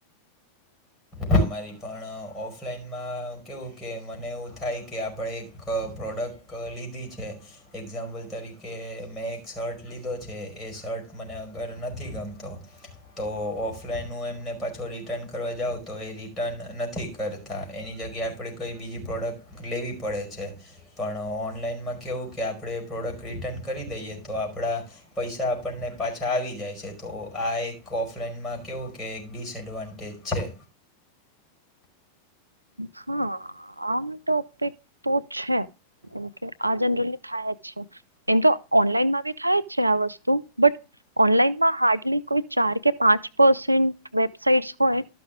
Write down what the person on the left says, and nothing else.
તમારી પણ, ઓફલાઈનમાં કેવું કે મને એવું થાય કે આપડે એક પ્રોડક્ટ લીધી છે. એક્ઝામ્પલ તરીકે મેં એક શર્ટ લીધો છે, એ શર્ટ મને અગર નથી ગમતો, તો ઓફલાઈન હું એમને પાછો રિટર્ન કરવા જાઉં તો એ રિટર્ન નથી કરતા, એની જગ્યાએ આપણે કઈ બીજી પ્રોડક્ટ લેવી પડે છે. પણ ઓનલાઈનમાં કેવું, કે આપડે એ પ્રોડક્ટ રિટર્ન કરી દઈએ તો આપડા પૈસા આપણને પાછા આવી જાય છે, તો આ એક ઓફલાઈનમાં કેવું કે એક ડિસએડવાન ટેજ છે.